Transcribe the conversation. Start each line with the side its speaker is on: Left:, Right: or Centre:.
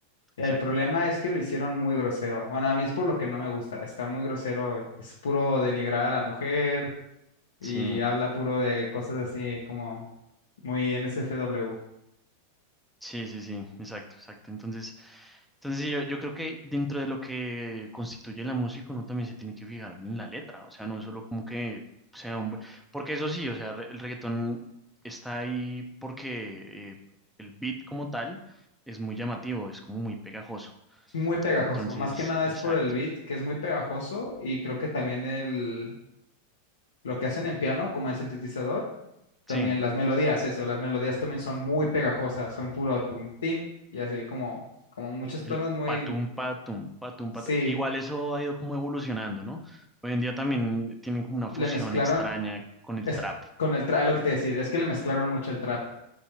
Left: El
Centre: exacto.
Left: problema es que lo hicieron muy grosero. Bueno, a mí es por lo que no me gusta. Está muy grosero. eh, Es puro denigrar a la mujer y
Centre: Sí,
Left: habla puro de cosas así como muy NSFW.
Centre: Sí, sí, sí, exacto, exacto. Entonces, entonces sí, yo, yo creo que dentro de lo que constituye la música, uno también se tiene que fijar en la letra, o sea, no solo como que sea un... bu- Porque eso sí, o sea, re- el reggaetón está ahí porque eh, el beat como tal es muy llamativo, es como muy pegajoso.
Left: Es muy pegajoso.
Centre: Entonces,
Left: Más que nada
Centre: exacto,
Left: es por el beat, que es muy pegajoso y creo que también el, lo que hacen en piano, como en sintetizador, también
Centre: sí,
Left: las melodías, eso, las melodías también son muy pegajosas. Son puro tuntín y así como, como muchos
Centre: el
Left: tonos muy...
Centre: patum, patum, patum,
Left: Sí,
Centre: patum. Igual eso ha ido como evolucionando, ¿no? Hoy en día también tienen como una
Left: le
Centre: fusión
Left: mezclaron.
Centre: extraña con el
Left: es
Centre: trap
Left: con el trap, es lo que te iba a decir, es que le mezclaron mucho el trap.